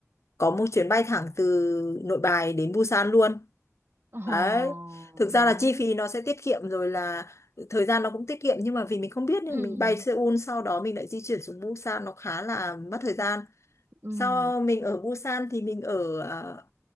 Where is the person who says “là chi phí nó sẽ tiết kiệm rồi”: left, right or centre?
Left